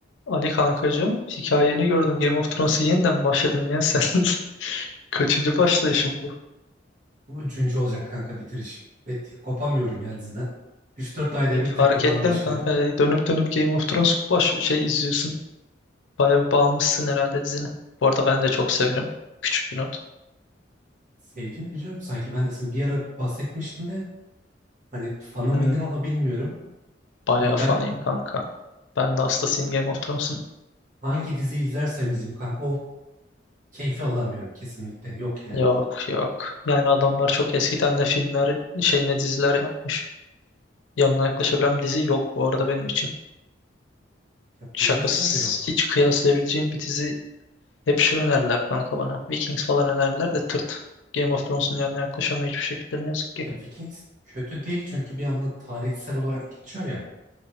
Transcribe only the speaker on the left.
Ali kankacığım, hikayeni gördüm. Game of Thrones'a yeniden başladın ya sen. <laughs> Kaçıncı
başlayışın bu?
E,
Fark
ettim
kanka. Dönüp dönüp Game of Thrones baş şey izliyorsun. Baya bir bağımlısın herhalde dizine. Bu arada ben
de çok severim. Küçük bir not.
Hmm,
bayağı
fanıyım kanka. Ben de hastasıyım Game of Thrones'un.
Yok yok. Yani adamlar çok eskiden ne filmler şey ne diziler yapmış. Yanına yaklaşabilen bir dizi yok bu arada benim için.
Şakasız
hiç kıyaslayabileceğim bir dizi Hep şey önerdiler kanka bana. Vikings falan önerdiler de tırt. Game of Thrones'un yanına yaklaşamıyor hiçbir şekilde ne yazık ki.